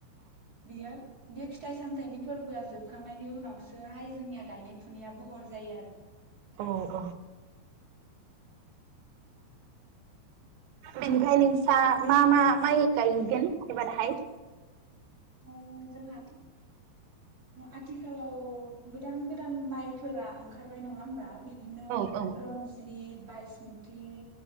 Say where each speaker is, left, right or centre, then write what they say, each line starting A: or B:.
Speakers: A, on the right (about 25°); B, on the right (about 75°).
A: बियो बे फिथाइ सामथाइनि फोरबोआ जोबखांनायनि उनावसोहाय जोंनिया गायनाय फुनाया बहर जायो आरो।
B: अ औ <unintelligible> बेनिफ्राय नोंस्रा मा मा माइ गायगोन एबाराहाय?
A: अ जोंहाथ' आथिखालाव गोदान गोदान माइ फोरा ओंखारबाय नङा होमबा बि बिदिनो
B: औ औ
A: रनजि त। बायसमुथि